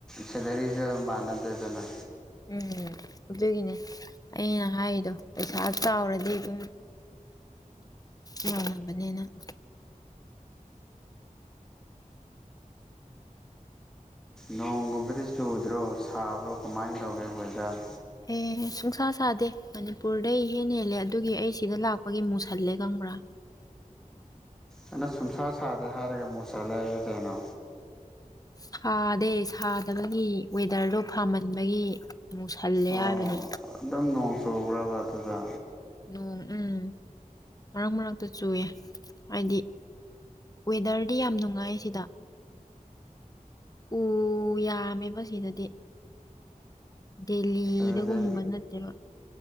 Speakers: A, in the centre; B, on the left.
A: ꯁꯦꯂꯔꯤꯁꯨ ꯃꯥꯟꯅꯗꯦꯗꯅ
B: ꯎꯝ ꯎꯗꯨꯒꯤꯅꯦ ꯑꯩꯅ ꯍꯥꯏꯗꯣ ꯄꯩꯁꯥ ꯆꯥꯎꯔꯗꯤ ꯑꯗꯨꯝ <unintelligible>
A: ꯅꯣꯡꯒꯨꯝꯕꯗꯤ ꯆꯨꯗ꯭ꯔꯣ ꯁꯥꯕ꯭ꯔꯣ ꯀꯃꯥꯏꯅ ꯇꯧꯒꯦ ꯋꯦꯗꯔ
B: ꯑꯦ ꯁꯨꯡꯁꯥ ꯁꯥꯗꯦ ꯃꯅꯤꯄꯨꯔꯗꯩ ꯏꯍꯦꯟ ꯍꯦꯜꯂꯦ ꯑꯗꯨꯒꯤ ꯑꯩ ꯁꯤꯗ ꯂꯥꯛꯄꯒꯤ ꯃꯨꯛꯁꯜꯂꯦ ꯕ꯭ꯔ
A: ꯑꯩꯅ ꯁꯨꯝꯁꯥ ꯁꯥꯗꯦ ꯍꯥꯏꯔꯒ ꯃꯨꯁꯜꯂꯦ ꯍꯥꯏꯗꯤ ꯀꯩꯅꯣ
B: ꯁꯥꯗꯦ ꯁꯥꯗꯕꯒꯤ ꯋꯦꯗꯔꯗꯣ ꯐꯥꯝꯍꯟꯕꯒꯤ ꯃꯨꯁꯜꯂꯦ
A: ꯑꯣ
B: ꯍꯥꯏꯕꯅꯦ
A: ꯑꯗꯨꯝ ꯅꯣꯡ ꯆꯨꯕ꯭ꯔꯕ ꯑꯗꯨꯗ
B: ꯅꯣꯡ ꯎꯝ ꯃꯔꯛ ꯃꯔꯛꯇ ꯆꯨꯌꯦ ꯍꯥꯏꯗꯤ ꯋꯦꯗꯔꯗꯤ ꯌꯥꯝ ꯅꯨꯡꯉꯥꯏ ꯁꯤꯗ ꯑꯝ ꯌꯥꯝꯃꯦꯕ ꯁꯤꯗꯗꯤ ꯗꯦꯜꯂꯤꯗꯒꯨꯝꯕ
A: ꯑꯗꯨꯗꯤ
B: ꯅꯠꯇꯦꯕ